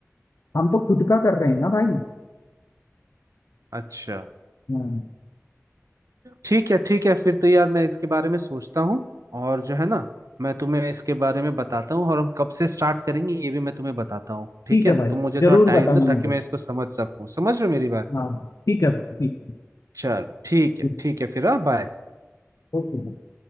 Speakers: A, on the left (about 75°); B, on the right (about 90°).
A: हम तो खुद का कर रहे हैं ना भाई
B: अच्छा
A: हाँ,
B: ठीक है ठीक है फिर तो यार मैं इसके बारे में सोचता हूँ और जो है ना मैं तुम्हें इसके बारे में बताता हूँ और हम कब से स्टार्ट करेंगे ये भी मैं तुम्हें बताता हूँ ठीक
A: ठीक
B: है
A: है भाई
B: तुम मुझे थोड़ा
A: जरूर
B: टाइम
A: बताना
B: दो ताकि
A: मुझे
B: मैं इसको समझ सकूँ समझ रहे हो मेरी बात
A: हाँ ठीक है भाई ठीक
B: चलो ठीक है
A: है
B: ठीक है फिर हाँ बाय
A: ओके